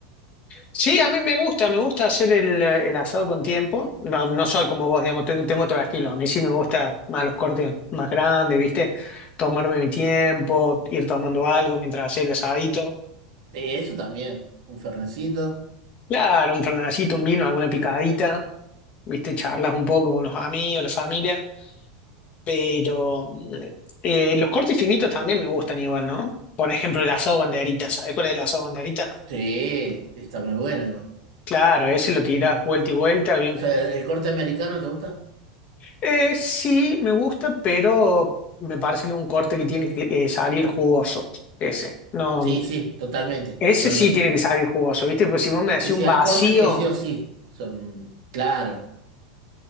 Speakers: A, on the left; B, on the right.
A: Sí, a mí me gusta, me gusta hacer el, el asado con tiempo. No, no soy como vos, digamos, tengo, tengo otro estilo. A mí sí me gusta más los cortes más grandes, ¿viste? Tomarme mi tiempo, ir tomando algo mientras hacía el asadito.
B: Sí, eso también. Un fernecito.
A: Claro, un fernandcito, un vino, alguna picadita, ¿viste? Charlas un poco con los amigos, la familia. Pero eh, eh, los cortes finitos también me gustan igual, ¿no? Por ejemplo, el asado banderita, ¿Sabes cuál es el asado banderita?
B: Sí, sí, está muy bueno igual.
A: Claro, ese lo tirás vuelta y vuelta, bien
B: O sea, ¿el corte americano te gusta?
A: Eh, sí, me gusta, pero me parece que es un corte que tiene que eh, salir jugoso. Ese. No,
B: Sí, sí, totalmente,
A: ese
B: totalmente.
A: sí tiene que salir jugoso, ¿viste? Pues si vos me decís
B: Sí,
A: un
B: sí, hay
A: vacío,
B: cortes que sí o sí son. Claro,